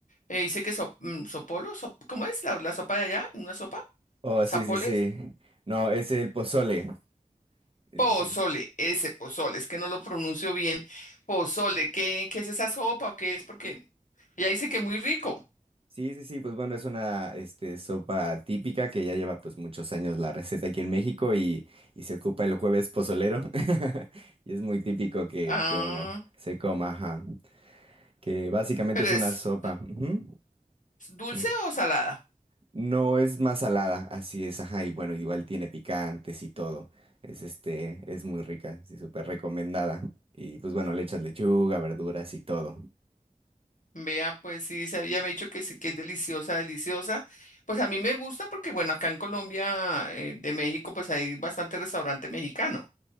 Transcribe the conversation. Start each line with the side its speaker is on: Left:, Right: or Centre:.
Left: eh, dice que so- mm, sopolo, sop- ¿cómo es la la sopa de allá? ¿Una sopa?
Right: Oh,
Left: ¿Zapoles?
Right: sí, sí, sí. No, es el pozole. El
Left: Pozole,
Right: pozole.
Left: ese pozole, es que no lo pronuncio bien. Pozole, ¿qué, qué es esa sopa o qué es? Porque ella dice que muy rico.
Right: Sí, sí, sí, pues bueno, es una, este, sopa típica que ya lleva pues muchos años la receta aquí en México y, y se ocupa el jueves pozolero. <laughs> Y es muy típico que,
Left: Ah,
Right: que bueno, se coma, ajá. Que básicamente
Left: pero
Right: es
Left: ¿es
Right: una sopa. Ujú.
Left: dulce
Right: Sí. ¿no?
Left: o salada?
Right: No es más salada, así es, ajá, y bueno, igual tiene picantes y todo. Es este, es muy rica, sí, súper recomendada. Y pues bueno, le echas lechuga, verduras y todo.
Left: Vea, pues sí, se había dicho que sí, que es deliciosa, deliciosa. Pues a mí me gusta porque, bueno, acá en Colombia, eh, de México, pues hay bastante restaurante mexicano.